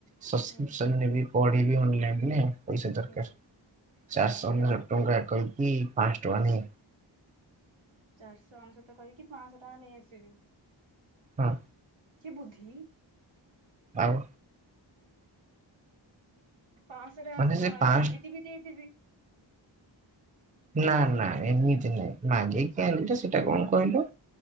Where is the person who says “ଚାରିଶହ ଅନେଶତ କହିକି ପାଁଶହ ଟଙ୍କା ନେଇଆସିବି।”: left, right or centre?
Right